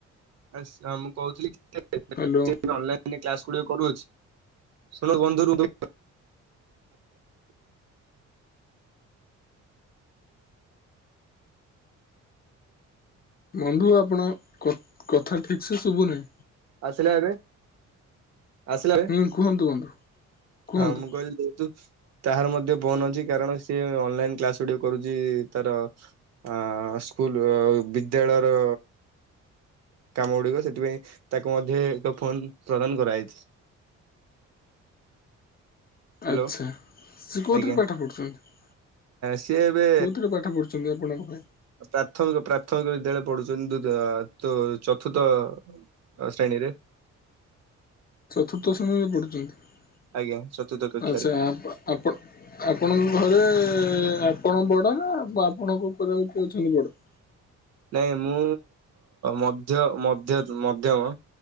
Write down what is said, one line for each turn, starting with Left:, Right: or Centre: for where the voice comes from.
Right: ଆଛା ମୁଁ କହୁଥିଲି <unintelligible>
Left: ହ୍ୟାଲୋ
Right: ଅନଲାଇନ୍ କ୍ଲାସ୍ ଗୁଡ଼ିକ କରୁଅଛି ଶୁଣ ବନ୍ଧୁ <unintelligible>
Left: ବନ୍ଧୁ ଆପଣ କ କଥା ଠିକ୍ ସେ ଶୁଭୁନି?
Right: ଆସିଲା ଏବେ? ଆସିଲା ଏବେ
Left: ହୁଁ କୁହନ୍ତୁ ବନ୍ଧୁ କୁହନ୍ତୁ
Right: ହଁ ମୁଁ କହିଲି ତାହାର ମଧ୍ୟ ଫୋନ୍ ଅଛି କାରଣ ସିଏ ଅନଲାଇନ କ୍ଲାସ ଗୁଡିକ କରୁଛି ତାର ଆ ସ୍କୁୂଲ ବିଦ୍ୟାଳୟର କାମ ଗୁଡିକ ସେଥିପାଇଁ ତାକୁ ମଧ୍ୟ ଏକ ଫୋନ ପ୍ରଦାନ କରାଯାଇଛି। ହ୍ୟାଲୋ
Left: ଆଛା। ସେ କୋଉଥିରେ
Right: ଆଜ୍ଞା
Left: ପାଠ ପଢୁଛନ୍ତି?
Right: ସିଏ ଏବେ
Left: କୋଉଥିରେ ପାଠ ପଢୁଛନ୍ତି ଆପଣଙ୍କ ଭାଇ?
Right: ପ୍ରାଥମିକ ପ୍ରାଥମିକ ବିଦ୍ୟାଳୟ ପଢୁଛନ୍ତି ଦୁଦ ତୁ ଚତୁର୍ଥ। ଓ ଶ୍ରେଣୀରେ।
Left: ଚତୁର୍ଥ ଶ୍ରଣୀରେ ପଡୁଛନ୍ତି
Right: ଆଜ୍ଞା ଚତୁର୍ଥ କକ୍ଷାରେ
Left: ଆଛା ଆପ ଆପଣ ଆପଣଙ୍କ ଘରେ ଆପଣ ବଡ ନା ଆପଣଙ୍କ ଉପରେ ଆଉ କିଏ ଅଛନ୍ତି ବଡ?
Right: ନାଇଁ ମୁଁ ମଧ୍ୟ ମଧ୍ୟ ମଧ୍ୟମ।